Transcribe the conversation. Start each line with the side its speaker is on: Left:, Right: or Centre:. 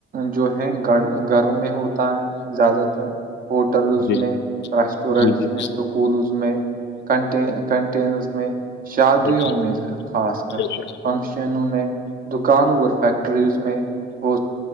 Right: جو ہیں گ گھروں میں ہوتا ہے زیادہ تر ہوٹلز
Left: جی
Right: م میںں ریسٹورینٹس
Left: جی جی
Right: میں س اسکولز میں کن کنٹینرز میں شادیوں
Left: بے شک
Right: میں خاص کر
Left: بے شک
Right: فنشن چینوں میں دکانوں اور فیکٹریز میں ہو